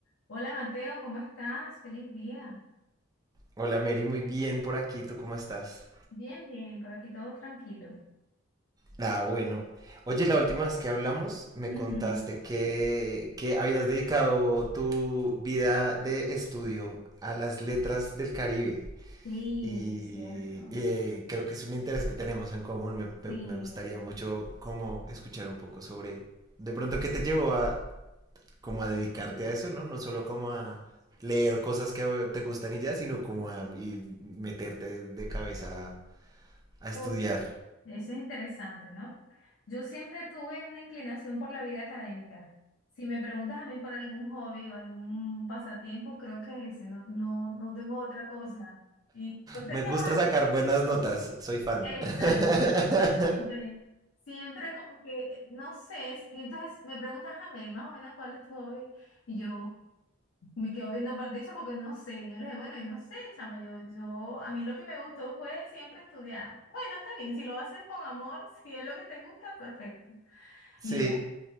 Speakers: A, on the left; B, on the right.
A: Hola Mateo, ¿cómo estás? Feliz día.
B: Hola Mary, muy bien por aquí, ¿tú cómo estás?
A: Bien, bien, por aquí todo tranquilo.
B: Ah, bueno. Oye, la última vez que hablamos me
A: Ujú.
B: contaste que, que habías dedicado tu vida de estudio a las letras del Caribe
A: Sí,
B: y
A: cierto.
B: eh, creo que es un interés que tenemos en común. Me, me-
A: Sí.
B: me gustaría mucho como escuchar un poco sobre de pronto qué te llevó a como a dedicarte a eso, ¿no? No solo como a leer cosas que eh, te gustan y ya, sino como a y meterte de cabeza a estudiar.
A: Oye, eso es interesante, ¿no? Yo siempre tuve una inclinación por la vida académica. Si me preguntas a mí por algún hobby o algún pasatiempo, creo que es ese, no, no, no tengo otra cosa. Y yo sé
B: Me
A: que
B: gusta
A: es horrible.
B: sacar buenas notas, soy fan.
A: Exacto.
B: <laughs>
A: <laughs> Siempre, siempre como que, no sé, y entonces me preguntas a mí, más o menos cuál es tu hobby, y yo... Me quedo viendo para el techo porque no sé. Yo le dije, bueno, yo no sé, chama, yo, yo, a mí lo que me gustó fue siempre estudiar. Bueno, está bien, si lo haces con amor, <laughs> si es lo que te gusta, perfecto.
B: sí,
A: Mira,